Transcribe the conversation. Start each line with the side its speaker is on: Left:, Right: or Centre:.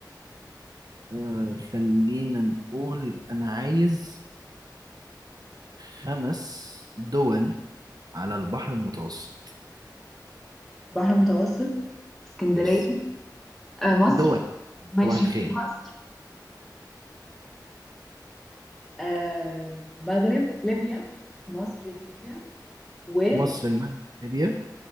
Right: آه خلينا نقول انا عايز خمس دول على البحر المتوسط
Centre: بحر متوسط اسكندرية
Right: يس
Centre: آه مصر
Right: دول
Centre: ماشي
Right: صباح الخير
Centre: في مصر آه مغرب ليبيا مصر ليبيا و
Right: مصر المغرب ليبيا